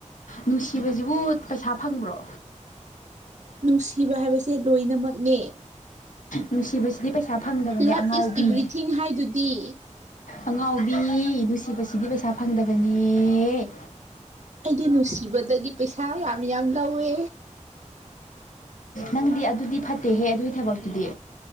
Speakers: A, on the left; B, on the right.
A: ꯅꯨꯡꯁꯤꯕꯁꯤꯕꯨ ꯄꯩꯁꯥ ꯐꯪꯕ꯭ꯔꯣ
B: ꯅꯨꯡꯁꯤꯕ ꯍꯥꯏꯕꯁꯦ ꯂꯣꯏꯅꯃꯛꯅꯦ
A: ꯅꯨꯡꯁꯤꯕꯁꯤꯗꯤ ꯄꯩꯁꯥ ꯐꯪꯗꯕꯅꯦ
B: ꯂꯞ
A: ꯑꯉꯥꯎꯕꯤ
B: ꯏꯁ ꯏꯕ꯭ꯔꯤꯊꯤꯡ ꯍꯥꯏꯗꯨꯗꯤ
A: ꯑꯉꯥꯎꯕꯤ ꯅꯨꯡꯁꯤꯕꯁꯤꯗꯤ ꯄꯩꯁꯥ ꯐꯪꯗꯕꯅꯦ
B: ꯑꯩꯗꯤ ꯅꯨꯡꯁꯤꯕꯗꯒꯤ ꯄꯩꯁꯥ ꯌꯥꯝ ꯌꯥꯝ ꯂꯧꯋꯦ
A: ꯅꯪꯗꯤ ꯑꯗꯨꯗꯤ ꯐꯠꯇꯦꯍꯦ ꯑꯗꯨꯒꯤ ꯊꯕꯛꯇꯨꯗꯤ